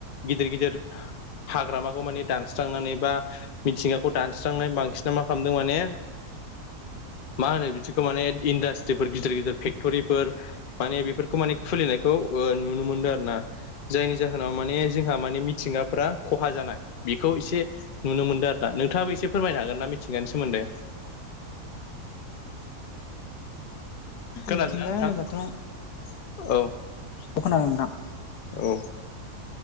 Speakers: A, on the left; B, on the left.
A: गिदिर गिदिर हाग्रामाखौ मानि दानस्रांनानै बा मिथिंगाखौ दानस्रांनाय बांसिन मा खालामदों माने मा होनो बिदिखौ माने इन्डास्ट्रिफोर गिदिर गिदिर फेक्ट'रिफोर माने बेफोरखौ माने खुलिनायखौ ओ नुनो मोनदों आरो ना। जायनि जाहोनाव माने जोंहा माने मिथिंगाफ्रा खहा जानाय बेखौ एसे नुनो मोनदों आरो ना नोंथाङाबो एसे फोरमायनो हागोन ना मिथिंगानि सोमोन्दै। खोनादों
B: मिथिंगा
A: ना नोंथां
B: होनोबाथ'
A: औ।
B: औ खोनादों नोंथां।
A: औ।